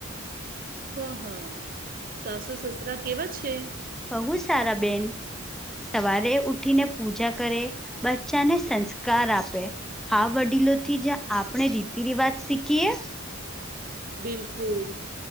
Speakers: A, on the right (about 45°); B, in the centre.
A: હા, સાસુ-સસરા કેવા છે?
B: બહુ સારા બેન. સવારે ઉઠીને પૂજા કરે, બચ્ચાને સંસ્કાર આપે. હા, વડીલોથી જ આપણે રીતિ રિવાજ શીખીએ.
A: બિલકુલ,